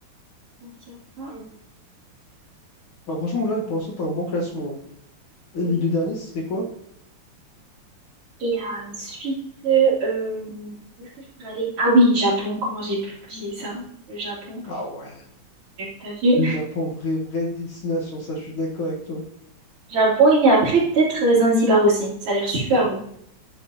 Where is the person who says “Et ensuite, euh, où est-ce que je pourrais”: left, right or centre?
Right